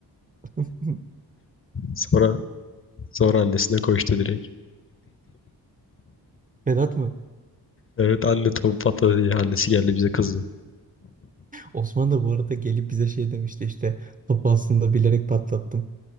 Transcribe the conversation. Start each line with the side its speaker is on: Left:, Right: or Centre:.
Right: <laughs>
Left: Sonra sonra annesine koştu direkt.
Right: Vedat mı?
Left: Evet anne topu patladı diye annesi geldi bize kızdı.
Right: Osman da bu arada gelip bize şey demişti işte topu aslında bilerek patlattım.